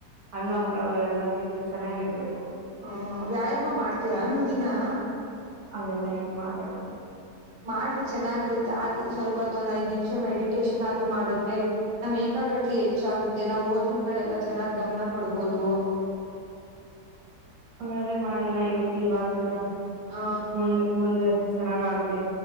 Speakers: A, on the right (about 70°); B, on the right (about 40°).
A: ಹಣ್ಣು ಹಂಪ್ಳಗಳೆಲ್ಲ ತಿಂದು ಚೆನ್ನಾಗಿರ್ಬೇಕು
B: ಹ್ಮ ವ್ಯಾಯಾಮ ಮಾಡ್ತೀರಾ ನೀವು ದಿನಾ
A: ಅವೆಲ್ಲ ಏನ್ ಮಾಡಲ್ಲಾ
B: ಮಾಡ್ರಿ ಚೆನ್ನಾಗಿರುತ್ತೆ ಹಾಗೆ ಸ್ವಲ್ಪತ್ತೊಂದ್ ಐದ್ ನಿಮಿಷ ಮೆಡಿಟೇಶನ್ ಆದ್ರು ಮಾಡದ್ರೆ ನಮ್ ಏಕಾಗ್ರತೆ ಹೆಚ್ಚಾಗುತ್ತೆ ನಾವ್ ಓದನ್ ಕಡೆ ಎಲ್ಲಾ ಚೆನ್ನಾಗ್ ಗಮನ ಕೊಡ್ಬೋದು
A: ಹಂಗಾದ್ರೆ ಮಾಡಣ ಇ ಇವಾಗಿಂದ
B: ಆ
A: ಮುಂದೆ ಮುಂದೆ ಚೆನ್ನಾಗ್ ಆಗ್ಲಿ